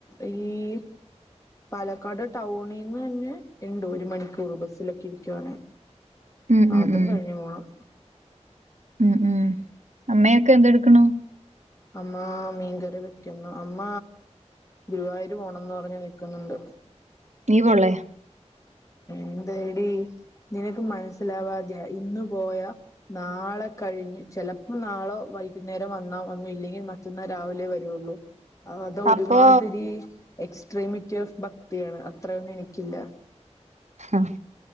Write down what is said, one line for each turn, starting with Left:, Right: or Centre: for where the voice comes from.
Left: ഈഹ് പാലക്കാട് ടൗണിന്ന് തന്നെ ഇണ്ട് ഒരു മണിക്കൂർ ബസ്സിലൊക്കെ ഇരിക്കുവാണെ
Right: ഉം ഉം
Left: അതും
Right: ഉം
Left: കഴിഞ്ഞു പോണം
Right: ഉം ഉം അമ്മയൊക്കെ എന്ത്‌ എടുക്കണു
Left: അമ്മ മീൻങ്കറി വെക്കുന്നു അമ്മ ഗുരുവായൂര് പോണംന്ന് പറഞ്ഞ് നിക്ക്‌ന്ന്ണ്ട്
Right: നീ പോൺലെ
Left: എന്തേടി നിനക്ക് മനസ്സിലാവാതെയാ ഇന്ന് പോയ നാളെ കഴിഞ്ഞ് ചെലപ്പോ നാളെ വൈക്ന്നേരം വന്നാ വന്നു ഇല്ലെങ്കി മറ്റന്നാ രാവിലെ വരുവൊള്ളൂ ആഹ് അത് ഒര്മാതിരി
Right: അപ്പൊ
Left: എക്സ്ട്രീമിറ്റി ഓഫ് ഭക്തിയാണ് അത്രയൊന്നും എനിക്കില്ല
Right: ആഹ്